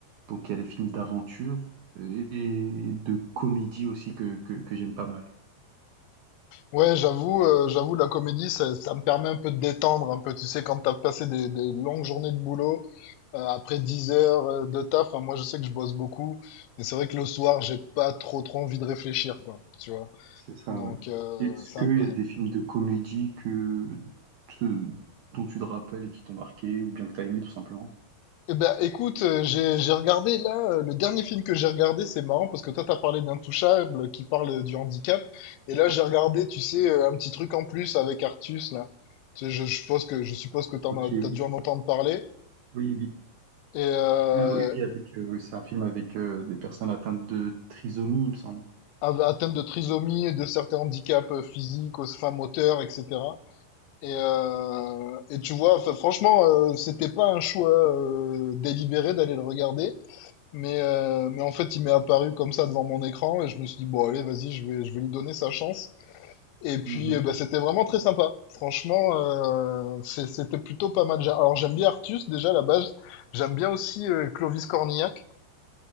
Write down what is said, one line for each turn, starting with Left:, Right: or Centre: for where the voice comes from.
Right: donc il y a les films d'aventure et de comédie aussi que, que, que j'aime pas mal.
Left: Ouais, j'avoue, euh, j'avoue, la comédie, ça, ça me permet un peu de détendre, un peu. Tu sais, quand t'as passé des, des longues journées de boulot, euh, après 10 heures euh, de taf, hein, moi, je sais que je bosse beaucoup. Mais c'est vrai que le soir, j'ai pas trop, trop envie de réfléchir, quoi. Tu vois?
Right: C'est ça,
Left: Donc,
Right: ouais.
Left: euh,
Right: Est-ce
Left: c'est
Right: qu'il
Left: un peu
Right: y
Left: ça.
Right: a des films de comédie que, te- dont tu te rappelles et qui t'ont marqué ou bien que t'as aimé tout simplement?
Left: Eh ben, écoute, euh, j'ai j'ai regardé là, euh, le dernier film que j'ai regardé, c'est marrant parce que toi, t'as parlé d'Intouchable qui parle euh, du handicap. Et là, j'ai regardé, tu sais, euh, un petit truc en plus avec Artus, là. Tu sais, Je, je suppose que, je suppose que t'en
Right: Ok,
Left: as, t'as
Right: oui,
Left: dû en entendre parler.
Right: oui, oui.
Left: Et euh,
Right: Ah oui, oui, avec, euh, c'est un film avec euh, des personnes atteintes de trisomie, il me semble.
Left: a- atteinte de trisomie, et de certains handicaps euh, physiques, aux- enfin moteurs, etc. Et, euh, et tu vois, enfin, franchement, euh, c'était pas un choix euh, délibéré d'aller le regarder. Mais, euh, mais en fait, il m'est apparu comme ça devant mon écran et je me suis dit, bon, allez, vas-y, je vais, je vais lui donner sa chance. Et puis,
Right: Mhm,
Left: euh, bah, c'était vraiment très sympa. Franchement, euh, c'est- c'était plutôt pas mal. J'a- Alors, j'aime bien Artus, déjà, à la base. J'aime bien aussi euh, Clovis Cornillac.